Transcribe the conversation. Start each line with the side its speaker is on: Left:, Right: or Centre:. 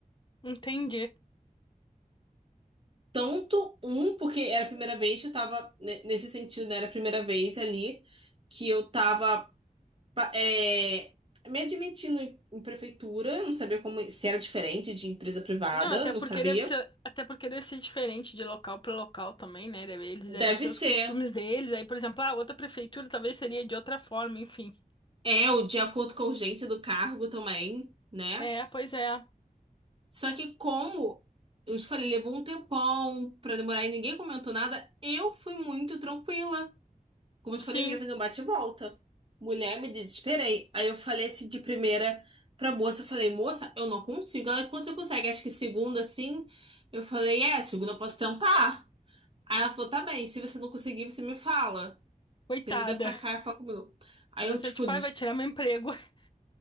Left: Entendi.
Right: Tanto um, porque era a primeira vez, eu tava ne- nesse sentido, né? Era a primeira vez ali que eu tava pa- é, me admitindo no, em prefeitura, não sabia como se era diferente de empresa privada,
Left: Não, até
Right: não
Left: porque
Right: sabia.
Left: deve ser, até porque deve ser diferente de local para local também, né? Deve- Eles devem
Right: Deve
Left: ter
Right: ser.
Left: os costumes deles. Aí, por exemplo, a outra prefeitura talvez seria de outra forma, enfim.
Right: É, o de acordo com a urgência do cargo também, né?
Left: É, pois é.
Right: Só que como eu te falei, levou um tempão pra demorar e ninguém comentou nada, eu fui muito tranquila. Como eu
Left: Sim,
Right: te falei, eu ia fazer um bate-volta. Mulher, me desesperei. Aí eu falei assim de primeira pra moça, eu falei, moça, eu não consigo. Ela, quando você consegue? Acho que segunda, assim. Eu falei, é, segunda eu posso tentar. Aí ela falou, tá bem, se você não conseguir, você me fala.
Left: coitada.
Right: Você liga pra cá e fala comigo. Aí
Left: Você,
Right: eu, tipo,
Left: tipo,
Right: des-
Left: ai, vai tirar meu emprego. <laughs>